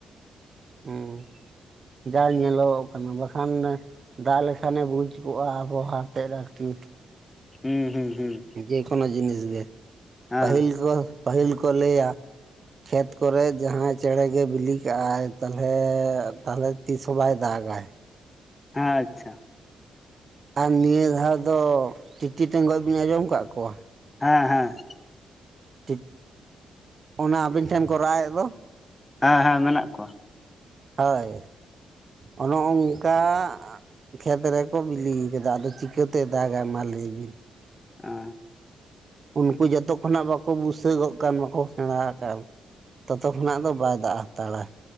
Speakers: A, on the right (about 40°); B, on the left (about 20°).
A: ᱦᱩᱸ ᱡᱟ ᱧᱮᱞᱚᱜᱚᱜ ᱠᱟᱱᱟ ᱵᱟᱠᱷᱟᱱ ᱫᱟᱜ ᱞᱮᱠᱷᱟᱱᱮ ᱵᱩᱡᱽ ᱠᱚᱜ-ᱟ ᱟᱵᱚᱦᱟ ᱮᱱᱛᱮ ᱟᱨᱠᱤ
B: ᱦᱩᱸ ᱦᱩᱸ ᱦᱩᱸ
A: ᱡᱮᱠᱳᱱᱳ ᱡᱤᱱᱤᱥ ᱜᱮ
B: ᱦᱮᱸ
A: ᱯᱟᱹᱦᱤᱞ ᱠᱚ ᱯᱟᱹᱦᱤᱞ ᱠᱚ ᱞᱟᱹᱭ ᱟ ᱠᱷᱮᱛ ᱠᱚᱨᱮ ᱡᱟᱦᱟᱸᱭ ᱪᱮᱬᱮ ᱜᱮ ᱵᱤᱞᱤ ᱠᱟᱜ-ᱟᱭ ᱛᱟᱦᱚᱞᱮ ᱛᱟᱦᱚᱞᱮ ᱛᱤᱥ ᱦᱚᱸ ᱵᱟᱭ ᱫᱟᱜᱟᱭ
B: ᱟᱪᱪᱷᱟ
A: ᱟᱨ ᱱᱤᱭᱟᱹ ᱫᱷᱟᱣ ᱫᱚ ᱛᱤᱛᱤ ᱴᱮᱸᱜᱚᱡ ᱵᱤᱱ ᱟᱸᱡᱚᱢ ᱠᱟᱜ ᱠᱚᱣᱟ?
B: ᱦᱮᱸ ᱦᱮᱸ
A: ᱴᱤ ᱚᱱᱟ ᱟᱵᱤᱱ ᱴᱷᱮᱱ ᱠᱚ ᱨᱟᱣᱮᱫ ᱫᱚ
B: ᱦᱮᱸ ᱦᱮᱸ ᱢᱮᱱᱟᱜ ᱠᱚᱣᱟ᱾
A: ᱦᱳᱭ ᱚᱱᱮ ᱚᱝᱠᱟ ᱠᱷᱮᱛ ᱨᱮᱠᱚ ᱵᱤᱞᱤ ᱠᱟᱫᱟ ᱟᱫᱚ ᱪᱤᱠᱟᱹᱛᱮ ᱫᱟᱜᱟ ᱢᱟ ᱞᱟᱹᱭ ᱵᱤᱱ?
B: ᱟ
A: ᱩᱱᱠᱩ ᱡᱚᱛᱚ ᱠᱷᱚᱱᱟᱜ ᱵᱟᱠᱚ ᱵᱩᱥᱟᱹᱜᱚᱜ ᱠᱟᱱ ᱵᱟᱠᱚ ᱥᱮᱬᱟ ᱠᱟᱱ ᱛᱚᱛᱚ ᱠᱷᱚᱱᱟᱜ ᱫᱚ ᱵᱟᱭ ᱫᱟᱜ ᱦᱟᱛᱟᱲᱟ